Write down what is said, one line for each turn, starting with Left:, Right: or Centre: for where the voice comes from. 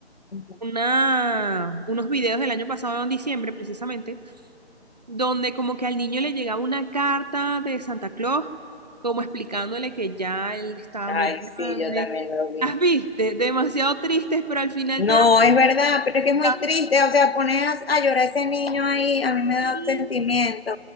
Left: Ujú.
Right: una, unos videos del año pasado, en diciembre precisamente, donde como que al niño le llegaba una carta de Santa Claus, como explicándole que ya él estaba
Left: Ay,
Right: muy grande.
Left: sí, yo también lo vi.
Right: Las viste, demasiado tristes, pero al final
Left: No,
Right: te da
Left: es verdad,
Right: felicidad.
Left: pero es que es muy triste, o sea, pones a llorar a ese niño ahí, a mí me da
Right: Sí,
Left: sentimiento.